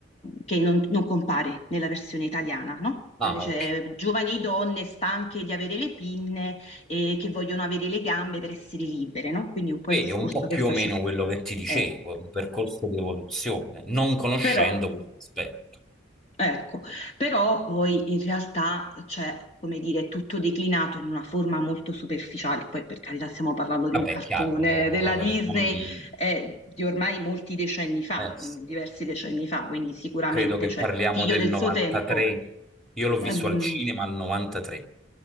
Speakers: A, on the left (about 30°); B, in the centre.
A: che non, non compare nella versione italiana, no?
B: ah,
A: Eh, Cioè,
B: ok.
A: giovani donne stanche di avere le pinne e che vogliono avere le gambe per essere libere, no? Quindi un po'
B: Vedi,
A: il discorso
B: è un po' più
A: che facevi.
B: o meno quello che ti dicevo,
A: Ecco.
B: un percorso di evoluzione, non conoscendo
A: Però
B: questo aspetto.
A: Ecco, però poi in realtà c'è, come dire, è tutto declinato in una forma molto superficiale, poi per carità stiamo parlando di
B: Vabbè,
A: un cartone
B: è chiaro, una
A: della
B: cosa
A: Disney
B: per bambini.
A: eh, di ormai molti decenni fa,
B: Eh, sì.
A: mh, diversi decenni fa, quindi sicuramente
B: credo che
A: c'è
B: parliamo
A: figlio
B: del
A: del
B: 93.
A: suo tempo.
B: Io l'ho visto
A: Ehm,
B: al cinema al 93.